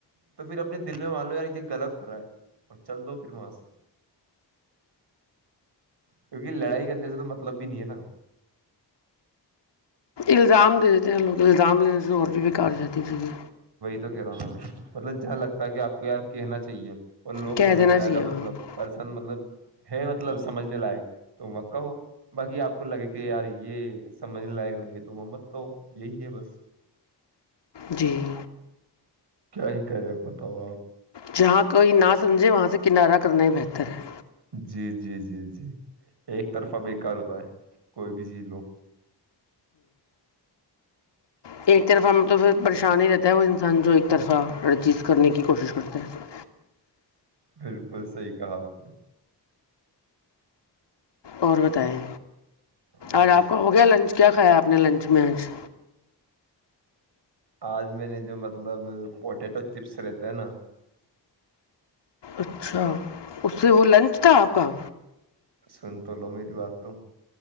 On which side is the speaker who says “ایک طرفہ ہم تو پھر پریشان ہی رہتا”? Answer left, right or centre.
Left